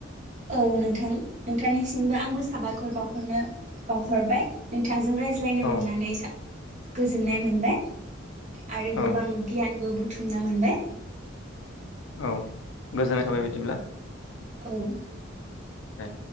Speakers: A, on the right; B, on the left.
A: औ नोंथां नोंथांनिसिमबो आंबो साबायखर बावहरनो बावहरबाय नोंथां जों रायज्लायनो
B: औ
A: मोननानै गोजोननाय मोनबाय आरो गोबां
B: औ
A: गियानबो बु बुथुमना मोनबाय
B: औ गोजोननाय थाबाय बिदिब्ला
A: औ औ
B: हे